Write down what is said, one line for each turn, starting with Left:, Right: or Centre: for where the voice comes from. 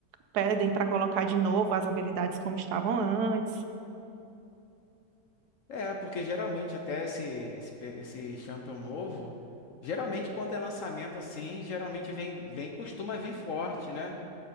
Right: pedem pra colocar de novo as habilidades como estavam antes.
Left: É, porque geralmente até esse, esse, pe- esse Champion novo, geralmente quando é lançamento assim, geralmente vem, vem, costuma vir forte, né?